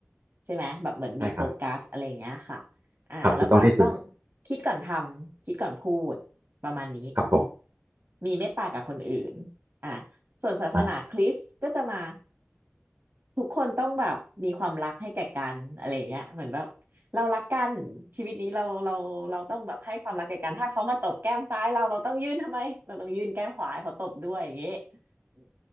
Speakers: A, on the right; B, on the right.
A: ใช่ไหมแบบเหมือนมีโฟกัสอะไรเงี้ยค่ะ
B: ใช่ครับ
A: อ่าแล้วก็ต้อง
B: ครับถูกต้องที่สุด
A: คิดก่อนทำคิดก่อนพูดประมาณนี้
B: ครับผม
A: มีเมตตากับคนอื่นอ่าส่วนศาสนาคริสต์ก็จะมา
B: อ่า
A: ทุกคนต้องแบบมีความรักให้แก่กันอะไรเงี้ยเหมือนแบบเรารักกันชีวิตนี้เราเราเราต้องแบบให้ความรักแก่กันถ้าเขามาตบแก้มซ้ายเราเราต้องยื่นทำไมเราต้องยื่นแก้มขวาให้เขาตบด้วยอย่างเงี้ยอม